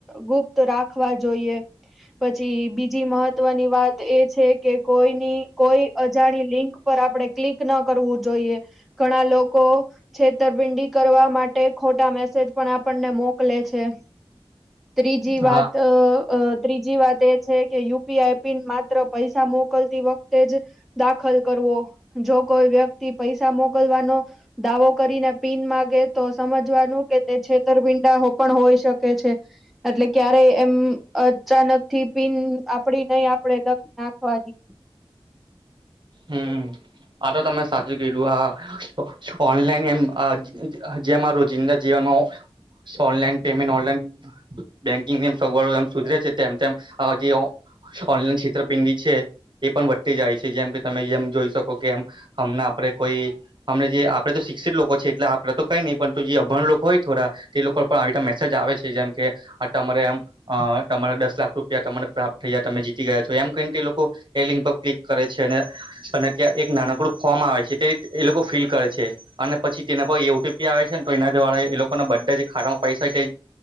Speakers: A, in the centre; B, on the right.
A: ગુપ્ત રાખવા જોઈએ. એ પછી બીજી મહત્વની વાત એ જ છે કે કોઈની કોઈ અજાણી લિંક પર આપણે ક્લિક ના કરવું જોઈએ, ઘણા લોકો છેતરપિંડી કરવા માટે ખોટા મેસેજ પણ આપણને મોકલે છે. ત્રીજી વાત
B: હા
A: અ અ ત્રીજી વાત એ છે કે યુપીઆઈ પિન માત્ર પૈસા મોકલતી વખતે જ દાખલ કરવો, જો કોઈ વ્યક્તિ પૈસા મોકલવાનો દાવો કરીને પીન માગે તો સમજવાનું કે તે છેતરપીંડા પણ હોઈ શકે છે. એટલે ક્યારે એમ અચાનક થી પીન આપડી નહી આપડે લગ નાખવા દે <unintelligible>
B: હમ આ તો તમે સાચું કીધું આ ઓનલાઈન એમ જેમાં રોજિંદા જી જીવનનો. ઓનલાઈન પેમેન્ટ ઓનલાઈન બેન્કિંગ ની સગવડો એ સુધરે છે, તેમ તેમ અ જે ઓ ઓનલાઈન છેતરપિંડી છે એ પણ વધતી જાય છે જેમ કે મયમ જોઈ શકો કેમ હમણાં આપડે કોઈ હમણા જે આપડે તો શિક્ષિત લોકો છે એટલે આપડે તો કઈ નહી. પરંતુ જે અભણ લોકો હોય થોડા તે લોકો પણ આવી રીતે મેસેજ આવે છે, જેમ કે તમારે એમ અ તમારા દસ લાખ રૂપિયા તમને પ્રાપ્ત થઈયા તમે જીતી ગયા છો એમ કહીને એ લોકો એ લિંક પર ક્લિક કરે છે અને. અને ત્યાં એક નાનકડું ફોર્મ આવે છે, તે એ લોકો ફિલ કરે છે અને પછી તેના પર એ યુટ્યુબ છે ને તો એના દ્વારા એ લોકોના બધા જે ખારા પૈસા છે.